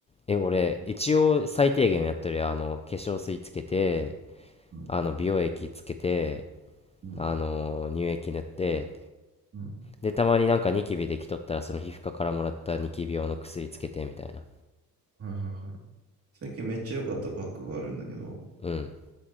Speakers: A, on the left; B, on the right.
A: え、俺、一応最低限やってるよ。あの、化粧水つけて、
B: うん、
A: あの、美容液つけて、
B: うん、
A: あの、乳液塗って、
B: うん。
A: でたまになんかニキビできとったらその皮膚科からもらったニキビ用の薬つけてみたいな
B: はいはいはい。最近めっちゃ良かったパックがあるんだけど、
A: うん